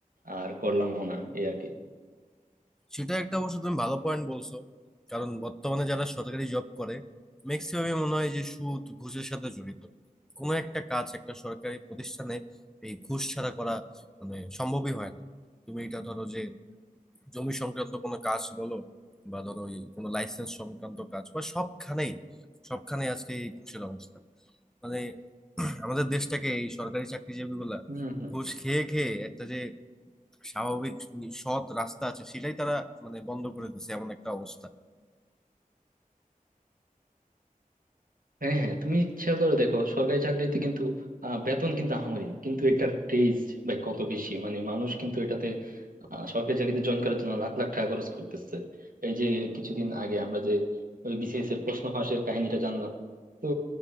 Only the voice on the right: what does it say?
আর করলামও না এই আর কি
হম হম
হ্যাঁ হ্যাঁ তুমি খেয়াল করে দেখো সরকারি চাকরিতে কিন্তু আহ, বেতন কিন্তু আহামরি না কিন্তু এটার ক্রেজ ভাই কত বেশি মানে মানুষ কিন্তু এটাতে আহ, সরকারি চাকরিতে জয়েন করার জন্য লাখ লাখ টাকা খরচ করতেছে এই যে কিছুদিন আগে আমরা যে ওই বিসিএস এর প্রশ্ন ফাঁসের কাহিনীটা জানলাম তো